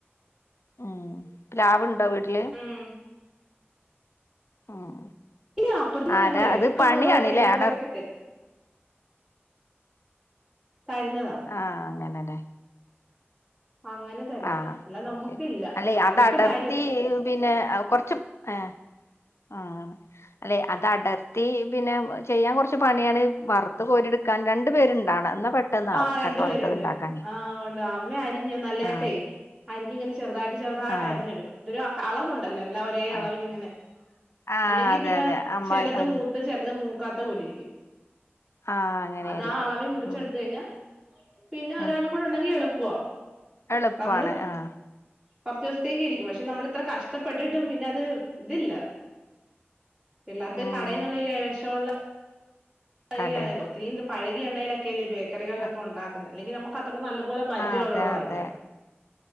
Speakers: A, on the left; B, on the right.
A: ഉം പ്ലാവ് ഇണ്ടോ വീട്ടില്?
B: ഉം.
A: ഉം
B: ഇല്ല അപ്പുറന്ന്
A: ആരാ
B: ഞങ്ങളെ
A: അത് പണിയാണ്ലേ
B: ഒക്കെ ഉള്ളവരെ അയലത്തുകാരൊക്കെ
A: അടർ
B: തരും തരുന്നതാ.
A: ആഹ് അങ്ങനെലേ.
B: അങ്ങനെ തരുന്നയാ
A: ആഹ്
B: അല്ല നമ്മുക്കില്ല
A: ശരി അല്ലെ
B: ആരെങ്കിലുമൊക്കെ
A: അത് അടർത്തീ
B: തരും
A: പിന്നെ കുറച്ചും ഏഹ് ആഹ്. അല്ലെ അത് അടർത്തി പിന്നെ ചെയ്യാൻ കുറച്ച് പണിയാണ് വറുത്ത് കോരിടുക്കാൻ രണ്ടു പേരുണ്ടാവണം എന്ന പെട്ടെന്നാവും.
B: ആ രണ്ടു
A: ചക്ക
B: പേരുണ്ട്
A: വറുത്തത് ഉണ്ടാക്കാന്
B: ആഹ് ഒണ്ട് ആ അമ്മേ അരിഞ്ഞ് നല്ലതട്ടേ
A: ആഹ്
B: അരിഞ്ഞ ഇങ്ങനെ ചെറുതായിട്ട് ചെറുതട്ട്
A: ആഹ്
B: അരിഞ്ഞെടുക്കും അതൊരു അളവുണ്ടല്ലോ എല്ലാവ ഇതേ അളവിലിങ്ങനെ
A: ആഹ് ആഹ്
B: അല്ലെങ്കി
A: അതെ
B: പിന്നെ
A: അതെ അമ്മായി
B: ചെലത്
A: അനി
B: മൂത്ത് ചെലത് മൂക്കാത്ത പോലെ ഇരിക്കും.
A: ആഹ് അങ്ങനെയായിരിക്കും
B: അതാ അളവി മുറിച്ചെടു
A: ഉം
B: പിന്ന പിന്നെ ഒരാളും
A: ആഹ്
B: കൂടെ ഉണ്ടെങ്കി എളുപ്പ
A: എളുപ്പാണ്
B: നമ്മള്
A: ആഹ്
B: കൊറച്ച് ദിവസത്തേക്ക് ഇരിക്കും പക്ഷെ നമ്മൾ ഇത്ര കഷ്ടപ്പെട്ടിട്ടും പിന്നെ അത് ഇതില്ല. പിള്ളാർക്ക്
A: ഉം
B: കടയിന്നുള്ള ഈ വെ ഷവൊള്ളെ <unintelligible>
A: കടേല്
B: ഒത്തിരിത് പഴകിയ എണ്ണയിലൊക്കെ അല്ലേ ബേക്കറികളൊക്കെ
A: ആഹ്
B: ഒണ്ടാക്കുന്നെ അല്ലെങ്കിൽ നമ്മ അത്ര നല്ല പോലെ പരിചയള്ളടാവായിരിക്കണം.
A: അതെ അതെ